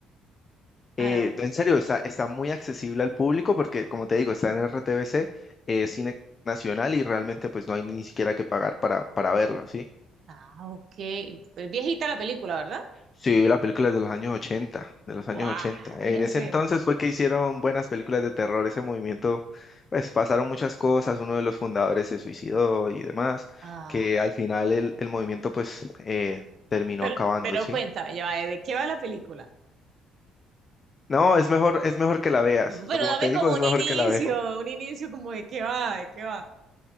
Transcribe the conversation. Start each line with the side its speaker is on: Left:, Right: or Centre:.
Left: Eh,
Right: Arau.
Left: en serio, está, está muy accesible al público porque, como te digo, está en RTBC, eh, Cine Nacional y realmente pues no hay ni siquiera que pagar para, para verlo, ¿sí?
Right: Ah, ok. Es viejita la película, ¿verdad?
Left: Sí, la película es de los años 80, de los
Right: Guau,
Left: años 80. En
Right: ya
Left: ese
Right: sé.
Left: entonces fue que hicieron buenas películas de terror, ese movimiento, pues pasaron muchas cosas, uno de los fundadores se suicidó y demás,
Right: Ah,
Left: que al final el, el movimiento pues eh, terminó
Right: pero,
Left: acabando,
Right: pero
Left: ¿sí?
Right: cuéntame, ya va, ¿de qué va la película?
Left: No, es mejor, es mejor que la veas,
Right: Pero
Left: lo- como
Right: dame
Left: te
Right: como
Left: digo, es
Right: un
Left: mejor
Right: inicio,
Left: que la veas.
Right: un inicio como de qué va, de qué va.